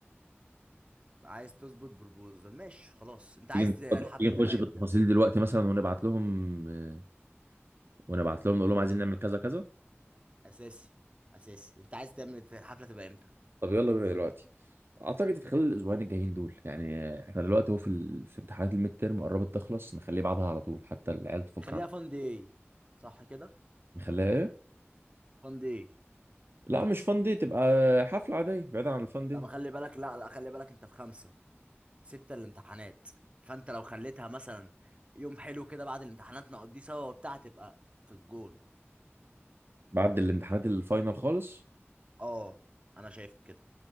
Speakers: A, on the right; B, on the right.
A: عايز تظبط بربوزل ماشي خلاص انت عايز
B: تيجي نخ-
A: ت- الحفله
B: تيجي نخش
A: تبقى
B: في
A: امتى
B: التفاصيل دلوقتي مثلا ونبعت لهم آه، ونبعت لهم نقول لهم عايزين نعمل كذا كذا
A: اساسي اساسي انت عايز تعمل الحفله تبقى امتى
B: طب يلا بينا دلوقتي اعتقد في خلال الاسبوعين الجايين دول يعني آه، احنا دلوقتي اهو في ال- في امتحانات الميد تيرم قربت تخلص نخليه بعدها على طول حتى العيال تفك
A: خليها
B: عنها
A: فان داي صح كده
B: نخليها ايه
A: فان داي
B: لا مش فان دي تبقى حفلة عادية بعيدا عن الفان دي
A: لا ما خلي بالك لا لا خلي بالك انت في خمسة ستة الامتحانات فانت لو خليتها مثلا يوم حلو كده بعد الامتحانات نقضيه سوا وبتاع تبقى في الجون
B: بعد الامتحانات الفاينل خالص
A: اه انا شايف كده